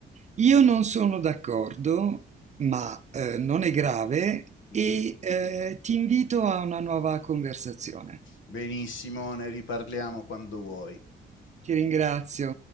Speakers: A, on the right; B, on the left.
A: Io non sono d'accordo, ma eh, non è grave
B: Mhm.
A: e eh, ti invito a una nuova conversazione.
B: Benissimo, ne riparliamo quando vuoi.
A: Ti ringrazio.